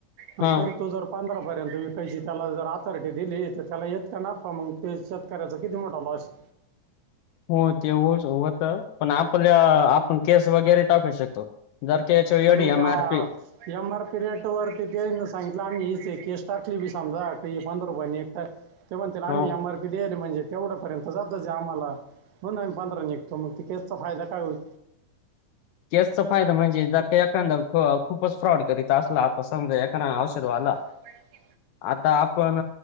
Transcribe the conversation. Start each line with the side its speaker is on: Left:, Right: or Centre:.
Right: हो
Left: हा
Right: तरी तो जर पंधरापर्यंती विकायची त्याला जर ऑथॉरिटी दिली तर त्याला येत का ना प मग ते शेतक्याचं किती मोठा तलाश
Left: हो ते होश व्हत पण आपल्या आपण केस वगैरे टाकू शकतो. जर का याच्यावर एवढी
Right: पण मग
Left: एम
Right: त्या
Left: आर पी
Right: एम आर पी रेट वरती त्यांन सांगितलं आम्ही ही जी केस टाकली बी समजा की हे पंधरवानी ईकताय ते म्हणतेल आम्ही
Left: हा
Right: एम आर पी दे म्हणजे तेवढ्या पर्यंत जातचे आम्हाला पंधरा निघतो मग केसचा फायदा काय होईल?
Left: केसचा फायदा म्हणजे ज एखांद ख खूपच फ्रॉड करीत असला त समजा एखाद्या औषध वाल
Right: <unintelligible>
Left: आता आपण